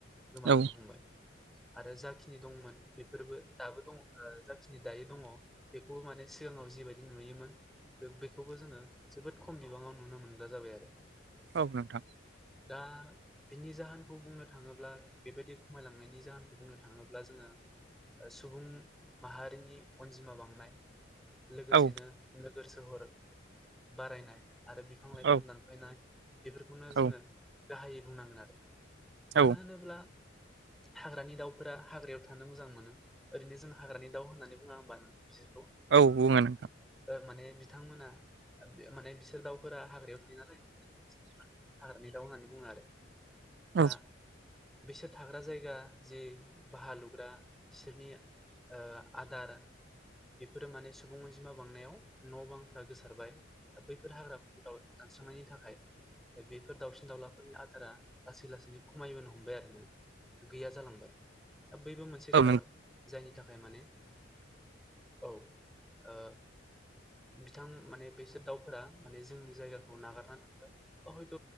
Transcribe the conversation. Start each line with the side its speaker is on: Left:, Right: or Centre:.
Centre: गोमालांनो
Right: औ
Centre: हमबाय। आरो जाखिनि दंमोन बेफोरबो दाबो दं ओ जाखिनि दायो दङ' बेखौबो माने सिगाङाव जिबाय दि नुयोमोन बे बेखौबो जोङो जोबोद खम बिबाङाव नुनो मोनग्रा जाबाय आरो
Right: औ नोंथां।
Centre: दा बिनि जाहोनखौ बुंनो थाङोब्ला बे बायदि खमायलांनायनि जाहोनखौ बुंनो थाङोब्ला जोङो ओ सुबुं माहारिनि अनजिमा बांनाय लोगो
Right: औ
Centre: दिनो नोगोर सहर बारायनाय आरो बिफां
Right: औ
Centre: लाइफां दानफानाय बेफोरखौनो जोङो
Right: औ
Centre: गाहायै बुंनांगोन आरो
Right: औ
Centre: मानो होनोब्ला
Right: <inaudible>
Centre: हाग्रानि दाउफोरा हाग्रायाव थानो मोजां मोनो ओरैनो जों हाग्रानि दाउ होननानै बुङा होनबा बिसोरखौ?
Right: औ बुङो नोंथां।
Centre: ओं माने बिथांमोना ओ बे माने बिसोर दाउफोरा हाग्रायाव थायो नालाय <unintelligible> <unintelligible> हाग्रानि दाउ होननानै बुङो आरो दा
Right: औ
Centre: बिसोर थाग्रा जायगा जि बाहा लुग्रा बिसोरनि ओ आदार बेफोरो माने सुबुं जिमा बांनायाव न बांफ्रा गोसारबाय बैफोर हाग्राफोरखौ दानस्रांनायनि थाखाय बेफोर दाउसिन दाउलाफोरनि आदारा लासै लासैनो खमायबोनो हमबाय आरो माने गैया जालांबाय। दा बैबो मोनसे
Right: औ
Centre: खारन
Right: नों
Centre: जायनि थाखाय माने औ ओ बिथां माने बेसोर दाउफोरा माने जोंनि जायगाखौ नागारनानै थांबाय बा हयथ'